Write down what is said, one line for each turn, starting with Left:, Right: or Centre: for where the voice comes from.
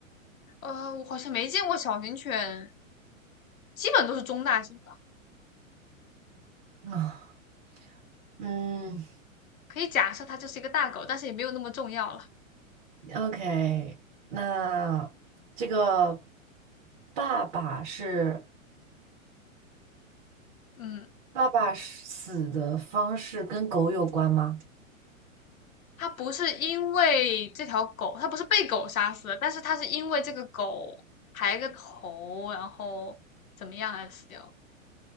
Left: 呃，我好像没见过小型犬，基本都是中大型吧。
Right: 啊。嗯
Left: 可以假设它就是一个大狗，但是也没有那么重要了。
Right: ，OK，那这个爸爸是
Left: 嗯，
Right: 爸爸是死的方式跟狗有关吗？
Left: 它不是因为这条狗，它不是被狗杀死的，但是它是因为这个狗抬个头，然后怎么样而死掉